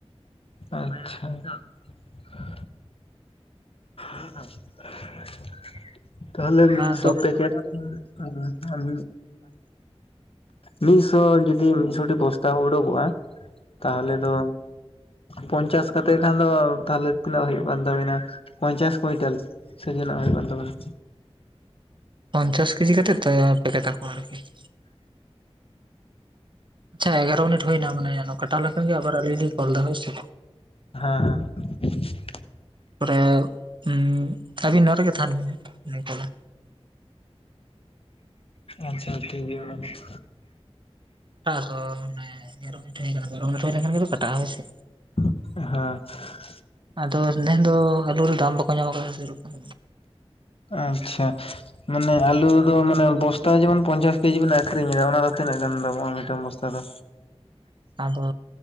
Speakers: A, on the left; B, on the right.
A: ᱟᱪᱪᱷᱟ <inaudible> <inaudible> ᱛᱟᱦᱞᱮ
B: ᱟᱫᱚ
A: ᱢᱤᱫ ᱥᱚ ᱯᱮᱠᱮᱴ <unintelligible> ᱢᱤᱫ ᱥᱚ ᱡᱩᱫᱤ ᱢᱤᱫ ᱥᱚᱴᱤ ᱵᱚᱥᱛᱟ ᱩᱰᱩᱠᱚᱜᱼᱟ ᱛᱟᱦᱚᱞᱮ ᱫᱚ ᱯᱚᱧᱪᱟᱥ ᱠᱟᱛᱮᱫ ᱠᱷᱟᱱ ᱫᱚ ᱛᱟᱦᱞᱮ ᱛᱤᱱᱟᱹᱜ ᱦᱩᱭᱩᱜ ᱠᱟᱱ ᱛᱟᱵᱤᱱᱟ ᱯᱚᱧᱪᱟᱥ ᱯᱩᱭᱛᱟᱞᱤᱥ ᱥᱤ ᱡᱤᱱᱟᱜ ᱦᱩᱭᱩᱜ ᱠᱟᱱ ᱛᱟᱹᱵᱤᱱᱟ
B: ᱯᱚᱧᱪᱟᱥ ᱠᱮᱡᱤ ᱠᱟᱛᱮ ᱛᱮ <unintelligible> ᱟᱪᱷᱟ ᱮᱜᱟᱨᱳ ᱢᱤᱱᱤᱴ ᱦᱩᱭᱱᱟ ᱢᱟᱱ ᱠᱟᱴᱮ ᱞᱮᱱ ᱠᱷᱟᱱ ᱜᱮ ᱟᱹᱵᱤᱱᱜᱼᱟ ᱨᱮ ᱞᱤᱧ ᱠᱚᱞ ᱮᱫᱟ ᱦᱚᱭ ᱥᱮ
A: <unintelligible>
B: ᱯᱚᱨᱮ ᱩᱸᱻ ᱟᱹᱵᱤᱱ ᱱᱚᱰᱮ ᱜᱮ ᱛᱟᱦᱮᱱ ᱵᱤᱱ ᱱᱩᱭ ᱯᱚᱨᱮ
A: ᱟᱪᱪᱷᱟ ᱴᱷᱤᱠ ᱜᱮᱭᱟ ᱚᱱᱟ <unintelligible> <inaudible>
B: ᱴᱟᱥ ᱛᱚᱱ ᱢᱟ <unintelligible> <unintelligible> ᱢᱤᱱᱟᱨ ᱦᱩᱭ ᱞᱮᱠᱷᱟᱱ ᱜᱮᱛᱚ ᱠᱟᱴᱟ ᱦᱚᱭ ᱥᱮ
A: <inaudible>
B: ᱟᱹᱫᱚᱥ ᱱᱮᱱ ᱫᱚ ᱟᱞᱩ ᱨᱮ ᱫᱟᱢ ᱵᱟᱠᱚ ᱧᱟᱢ ᱟᱠᱟᱫᱟ ᱥᱮ ᱨᱚᱠᱚᱢ
A: ᱟᱪᱪᱷᱟ <unintelligible> ᱢᱟᱱᱮ ᱟᱞᱩ ᱫᱚ ᱢᱟᱱᱮ ᱵᱚᱥᱛᱟ ᱡᱮᱢᱚᱱ ᱢᱟᱱᱮ ᱟᱞᱩ ᱫᱚ ᱢᱟᱱᱮ ᱵᱚᱥᱛᱟ ᱡᱮᱢᱚᱱ ᱯᱚᱧᱪᱟᱥ ᱠᱮᱡᱤ ᱵᱮᱱ ᱟᱹᱠᱷᱨᱤᱧ ᱨᱮᱦᱚᱸ ᱚᱱᱟ ᱫᱚ ᱛᱤᱱᱟᱹᱜ ᱜᱟᱱ ᱫᱟᱢᱚᱜᱼᱟ ᱢᱤᱫᱴᱟᱝ ᱵᱚᱥᱛᱟ ᱫᱚ
B: ᱟᱫᱚ